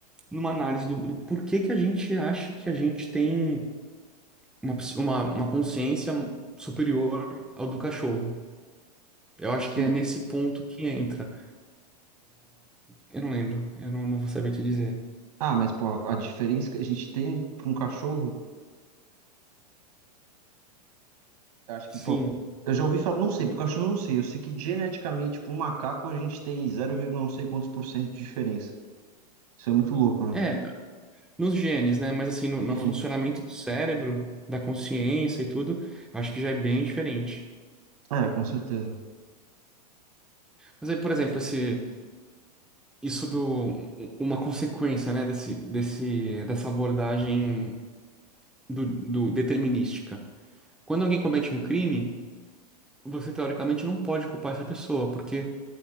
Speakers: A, in the centre; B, on the right.
A: numa análise do, do porquê que a gente acha que a gente tem uma, ps- uma, uma consciência superior ao do cachorro. Eu acho
B: Sim.
A: que é nesse ponto que entra. Eu não lembro, eu não, não vou saber te dizer.
B: Ah, mas pô, a diferença que a gente tem para um cachorro, eu acho que,
A: Sim.
B: pô, eu já ouvi falar, não sei, pro cachorro eu não sei, eu sei que geneticamente pro macaco a gente tem zero vírgula não sei quantos por cento de diferença. Isso é muito louco, né?
A: é nos genes, né? Mas assim, no, no
B: Sim.
A: funcionamento do cérebro, da consciência e tudo, acho que já é bem diferente.
B: É, com certeza.
A: Mas aí, por exemplo, esse, isso do, uma consequência, né, desse, desse, dessa abordagem do, do determinística. Quando alguém comete um crime, você teoricamente não pode culpar essa pessoa, porque